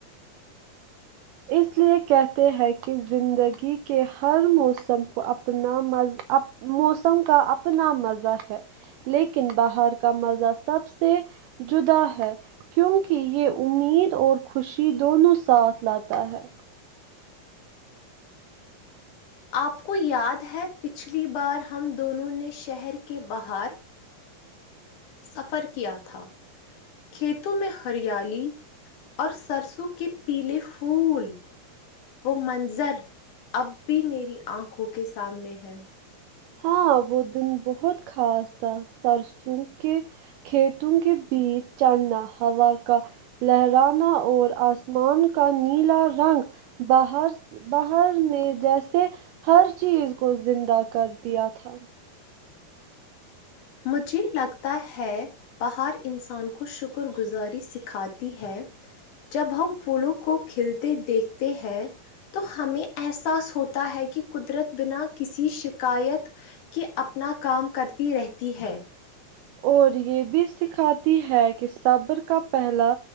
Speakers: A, on the right; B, on the left.
A: اس لیے کہتے ہیں کہ زندگی کے ہر موسم کو اپنا مزہ اپب موسم کا اپنا مزہ ہے لیکن باہر کا مزہ سب سے جدا ہے کیونکہ یہ امید اور خوشی دونوں ساتھ لاتا ہے
B: آپ کو یاد ہے پچھلی بار ہم دونوں نے شہر کے باہر سفر کیا تھا کھیتوں میں ہریالی اور سرسوں کے پیلے پھول وہ منظر اب بھی میری آنکھوں کے سامنے ہے
A: ہاں وہ دن بہت خاص تھا سرسوں کے کھیتوں کے بیچ جانا ہوا کا لہرانا اور آسمان کا نیلا رنگ باہر بہار نے جیسے ہر چیز کو زندہ کر دیا تھا
B: مجھے لگتا ہے بہار انسان کو شکر گزاری سکھاتی ہے جب ہم پھولوں کو کھلتے دیکھتے ہیں تو ہمیں احساس ہوتا ہے کہ قدرت بنا کسی شکایت کہ اپنا کام کرتی رہتی ہے
A: اور یہ بھی سکھاتی ہے کہ صابر کا پہلا